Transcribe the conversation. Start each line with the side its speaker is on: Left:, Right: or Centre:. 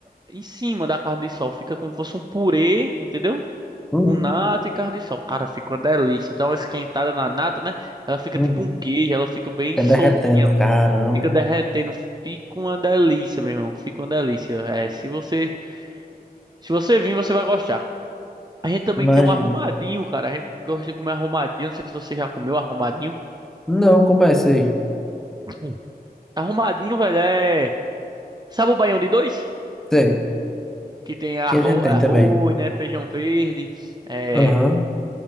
Right: em cima da carne de sol. Fica como se fosse um purê, entendeu?
Centre: uhum,
Right: Com nata e carne de sol. Cara, fica uma delícia. Dá uma esquentada na nata, né? Ela fica
Centre: uhum.
Right: tipo um queijo, ela fica bem
Centre: Fica
Right: soltinha,
Centre: derretendo. Caramba,
Right: fica derretendo. Fica uma delícia, meu irmão. Fica uma delícia. É, se você, se você vir, você vai gostar. A gente também
Centre: imagina.
Right: tem um arrumadinho, cara. A gente gosta de comer arrumadinho. Não sei se você já comeu arrumadinho.
Centre: Não, como é isso aí?
Right: Sim. Arrumadinho, velho, é. Sabe o baião de dois?
Centre: Sei,
Right: que tem arro-
Centre: que a gente tem
Right: arroz,
Centre: também.
Right: né, feijão verde, é,
Centre: Aham.